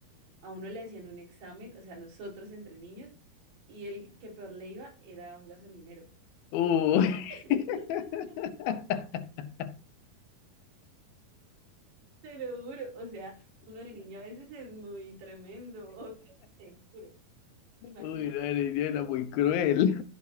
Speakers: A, on the right; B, on the left.
A: a uno le hacían un examen, o sea, nosotros entre niños, y el que peor le iba era un gasolinero.
B: Uy.
A: <laughs>
B: <laughs>
A: Te lo juro, o sea, uno de niño a veces es muy tremendo, o sea, te juro, imagínate.
B: Uy, no, niña, era muy cruel.